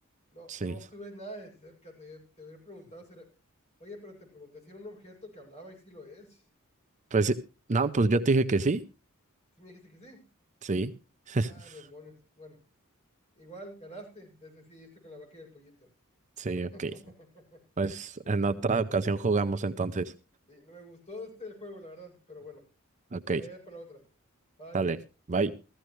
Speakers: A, on the left (about 30°); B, on the right (about 35°).
A: No,
B: Sí.
A: no estuve nada de cerca. Te, te hubiera preguntado si era... Oye, pero te pregunté si era un objeto que hablaba y si lo es.
B: Pues sí. No, pues yo te dije que sí.
A: Si me dijiste que sí.
B: Sí. <laughs>
A: Ah, demonios. Bueno, igual ganaste. Desde sí, este con la vaca y el pollito.
B: Sí,
A: <laughs>
B: ok. Pues en otra ocasión jugamos entonces.
A: Sí, me gustó este el juego, la verdad, pero bueno,
B: Ok,
A: ahí es para la otra. Bye.
B: dale, bye.